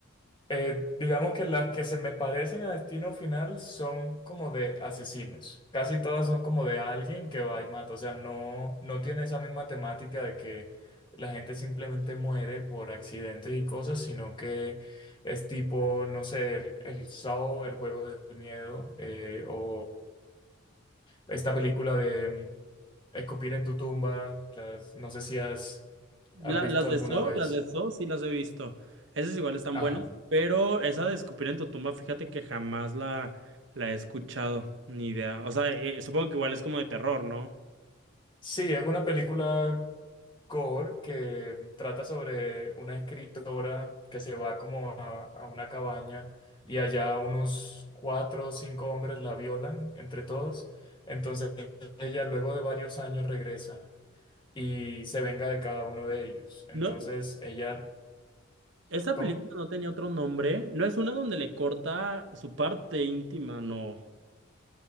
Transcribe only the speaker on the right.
La-
las de
So,
las de So sí las he visto. Esas igual están
buenas, pero esa de Escupir en tu tumba, fíjate que jamás la, la he escuchado, ni idea. O sea, eh, supongo que igual es como de terror, ¿no?
No,
esa
película no tenía otro nombre. No es una donde le corta su parte íntima, no.